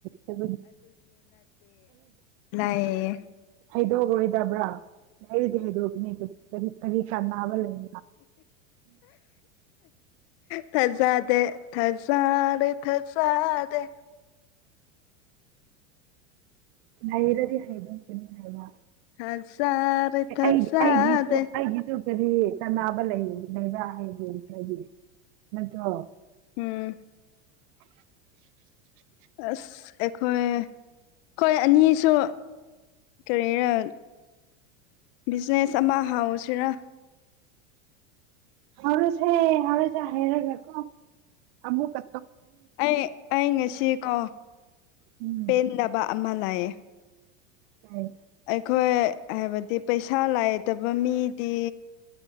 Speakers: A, on the right; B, on the left.
A: ꯀ
B: ꯂꯩꯌꯦ
A: ꯍꯩꯗꯣꯛꯑꯔꯣꯏꯗꯕ꯭ꯔꯥ ꯂꯩꯔꯗꯤ ꯍ ꯍꯥꯏꯗꯣꯛꯀꯅꯤ ꯀꯔꯤ ꯀ ꯈꯥꯅꯥꯕ ꯂꯩ
B: ꯊꯖꯥꯗꯦ ꯊꯖꯥꯗꯦ ꯊꯖꯥꯗꯦ
A: ꯅꯩꯔꯗꯤ ꯍꯥꯏꯩꯗꯨꯇꯅꯤ ꯍꯥꯏꯜ ꯋꯥ
B: ꯊꯥꯖꯗꯦ ꯊꯥꯖꯗꯦ
A: ꯑꯩ ꯑꯩꯒꯤꯁꯨ ꯑꯩꯒꯤꯁꯨ ꯀꯔꯤ ꯀꯅꯥꯕ ꯂꯩ ꯂꯩꯕ ꯍꯥꯏꯗꯣꯝꯇꯒꯤ ꯅꯠꯇ꯭ꯔꯣ
B: ꯎꯝ
A: <inaudible>
B: ꯑꯁ ꯑꯩꯈꯣꯏ ꯍꯣꯏ ꯑꯅꯤꯁꯨ ꯀꯔꯤꯔ ꯕꯤꯖꯤꯅꯦꯁ ꯑꯃ ꯍꯥꯎꯁꯤꯔ
A: ꯍꯔꯁꯦ ꯍꯔꯁ ꯍꯔꯒꯦꯀꯣꯃ ꯀ
B: ꯑꯩ ꯑꯩ ꯉꯁꯤꯀꯣ
A: ꯎꯝ
B: ꯄꯦꯟꯗꯕ ꯑꯃ ꯂꯥꯛꯌꯦꯦ
A: ꯀꯥꯏ
B: ꯑꯩꯈꯣꯏ ꯍꯥꯏꯕꯗꯤ ꯄꯩꯁꯥ ꯂꯥꯏꯇꯕ ꯃꯤꯗꯤ